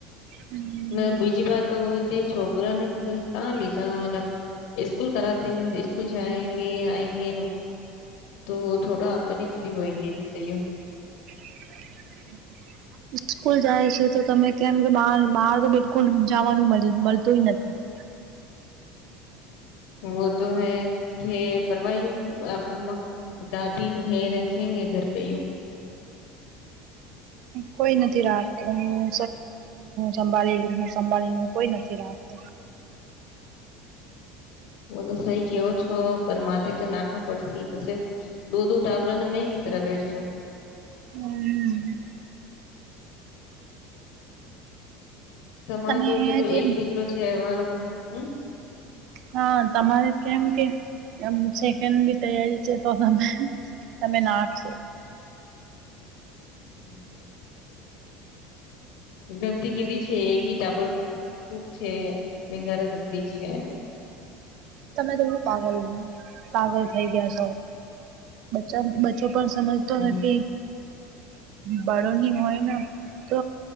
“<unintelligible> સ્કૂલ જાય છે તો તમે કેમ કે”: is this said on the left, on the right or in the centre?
Right